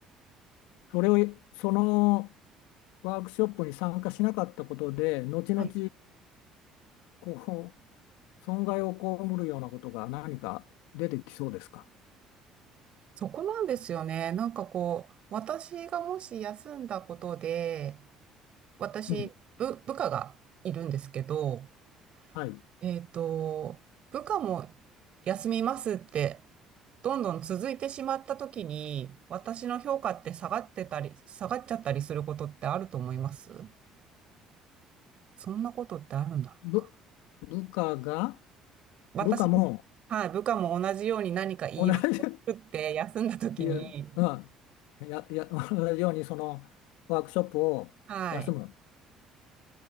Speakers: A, on the left; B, on the right.
A: それを、そのワークショップに参加しなかったことで、後々、
B: はい
A: こう、損害を被るようなことが何か出てきそうですか
B: そこなんですよね。なんかこう、私がもし休んだことで、私、
A: うん。
B: 部、部下がいるんですけど、
A: はい。
B: えっと、部下も休みますって、どんどん続いてしまった時に、私の評価って下がってたり、下がっちゃったりすることってあると思いますそんなことってあるんだろうか。
A: 部、部下が、
B: 私に、
A: 部下も
B: はい、部下も同じように何か言い訳を作って休んだ時に、
A: 同じいや、うん。や、や、<laughs> 同じようにそのワークショップを休む。
B: はい、